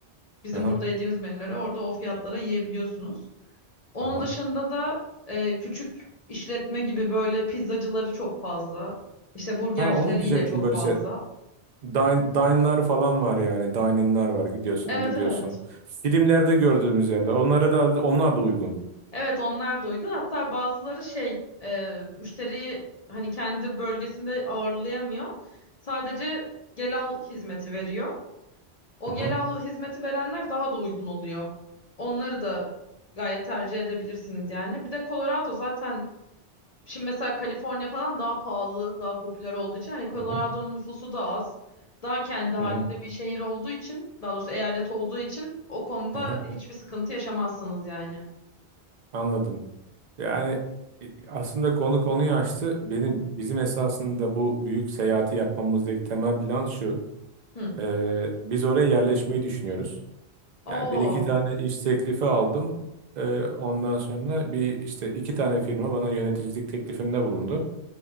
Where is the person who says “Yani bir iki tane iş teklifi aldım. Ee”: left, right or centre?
Right